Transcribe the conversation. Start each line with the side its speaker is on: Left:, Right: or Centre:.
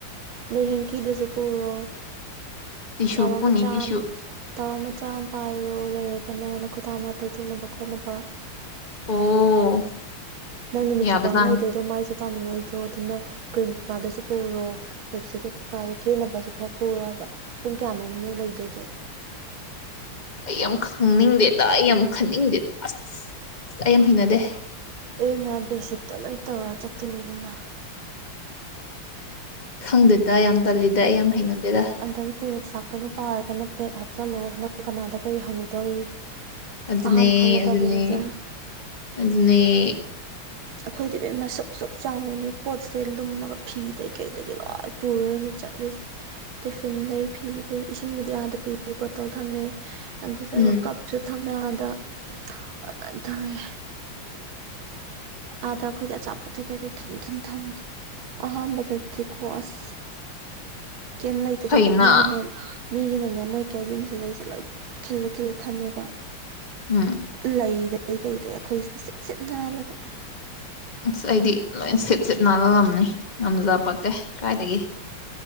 Right: ꯑꯗꯩ ꯍꯦꯡꯀꯤꯗꯨꯁꯨ ꯄꯨꯔꯣ꯫
Left: ꯇꯤꯁꯨ
Right: ꯇꯋꯦꯜ
Left: ꯄꯨꯅꯤ
Right: ꯃꯆꯥꯝ꯫
Left: ꯇꯤꯁꯨ
Right: ꯇꯋꯥꯜ ꯃꯆꯥ ꯑꯃ ꯄꯥꯏꯔꯣ ꯂꯩꯔꯒꯅ ꯅꯈꯨꯠ ꯍꯥꯝꯃ ꯇꯩꯊꯣꯛꯅꯕ ꯈꯣꯠꯅꯕ꯫
Left: ꯑꯣ꯫
Right: ꯅꯪ ꯅꯨꯃꯤꯠ
Left: ꯌꯥꯕꯖꯥꯠꯅꯤ
Right: ꯆꯨꯞꯄ ꯑꯃ ꯂꯩꯗꯣꯏꯗꯣ ꯃꯥꯏꯁꯦ ꯇꯥꯅꯤꯡꯉꯣꯏꯗ꯭ꯔꯣ ꯑꯗꯨꯅ ꯀ꯭ꯔꯤꯝ ꯀꯤꯀꯥꯗꯨꯁꯨ ꯄꯨꯔꯣ꯫ ꯂꯤꯞꯁꯇꯤꯛ ꯀꯩꯀꯥꯗꯣ ꯀꯦꯟꯅꯕꯁꯨ ꯈꯔ ꯄꯨꯔꯣ ꯍꯥꯏꯕ ꯄꯨꯡ ꯀꯌꯥꯅꯣꯝꯅꯦ ꯂꯩꯗꯣꯏꯗꯣ꯫
Left: ꯑꯩ ꯌꯥꯝ ꯈꯪꯅꯤꯡꯗꯦꯗ ꯑꯩ ꯌꯥꯝ ꯈꯟꯅꯤꯡꯗꯦꯗ꯫ ꯑꯁ ꯑꯩ ꯌꯥꯝ ꯍꯩꯅꯗꯦ꯫
Right: ꯑꯩ ꯅꯍꯥꯟ ꯕꯦꯁꯤꯛꯇꯣ ꯂꯣꯏ ꯇꯧꯔ ꯆꯠꯇꯣꯏꯅꯦ ꯏꯕꯦꯝꯃꯥ꯫
Left: ꯈꯪꯗꯦꯗ ꯌꯥꯝ ꯇꯜꯂꯤꯗ ꯑꯩ ꯌꯥꯝ ꯍꯩꯅꯗꯦꯗ꯫
Right: ꯑꯗꯩ ꯄꯦꯔꯦꯠ ꯂꯥꯛ ꯄꯅꯥ ꯄꯥꯔꯒꯅ ꯄꯦꯠ ꯍꯥꯞꯆꯤꯜꯂꯣ ꯅꯪ ꯀꯅꯥꯗ ꯀꯔꯤ ꯍꯪꯉꯨꯗꯧꯔꯤ꯫
Left: ꯑꯗꯨꯅꯦ
Right: ꯑꯍꯥꯟꯕ ꯈꯪꯅꯗꯕꯅꯤꯗ꯫
Left: ꯑꯗꯨꯅꯦ ꯑꯗꯨꯅꯦ꯫
Right: ꯑꯩꯈꯣꯏꯗꯤ ꯃꯁꯨꯛ ꯑꯁꯨꯛ ꯆꯥꯎꯅꯅꯤ ꯄꯣꯠꯁꯦ ꯂꯨꯝꯃꯒ ꯐꯤꯗꯩ ꯀꯩꯗꯒꯤ ꯂꯣꯏ꯫ ꯄꯨꯔꯅꯤ ꯆꯠꯂꯤꯁꯦ꯫ ꯇꯤꯐꯤꯟꯗꯩ ꯐꯤꯗ ꯏꯁꯤꯡꯕꯨꯗꯤ ꯑꯥꯗ ꯄꯤ ꯕꯣꯇꯜ ꯊꯝꯃꯦ꯫ ꯑꯗꯨꯗꯨꯒ
Left: ꯎꯝ
Right: ꯀꯞꯁꯨ ꯊꯝꯃꯦꯗ ꯑꯗꯨꯃꯥꯏꯅ ꯇꯧꯋꯦ꯫ ꯑꯥꯗ ꯑꯩꯈꯣꯏꯗꯤ ꯑꯆꯥꯄꯣꯠꯠꯇꯩ ꯀꯩꯗ ꯈꯤꯟ ꯈꯤꯟ ꯊꯝꯃꯦ ꯑꯍꯥꯟꯕꯗꯗꯤ꯫ ꯁꯤꯀꯣꯁ ꯀꯦꯝ ꯂꯩꯇꯗꯅ
Left: ꯐꯩꯅ
Right: ꯃꯤꯒꯤ ꯍꯦꯜ꯫ ꯃꯤꯒꯤꯅꯅꯦ ꯃꯣꯏ ꯀꯦꯕꯤꯟꯁꯤꯗꯩꯁꯦ ꯂꯣꯏ ꯈꯤꯜꯂ ꯈꯤꯜꯂ ꯊꯝꯃꯦꯕ꯫
Left: ꯎꯝ꯫
Right: ꯂꯩꯗꯗꯒꯤ ꯀꯩꯗꯩ ꯑꯩꯈꯣꯏꯁꯤꯅ ꯁꯤꯠ ꯁꯤꯠ ꯅꯥꯜꯂꯒ ꯫
Left: ꯑꯁ ꯑꯩꯗꯤ ꯂꯣꯏ ꯁꯤꯠ ꯁꯤꯠ ꯅꯥꯜꯍꯜꯂꯝꯅꯤ ꯉꯝꯖꯕꯄꯣꯠꯇꯦ ꯀꯥꯏꯗꯒꯤ꯫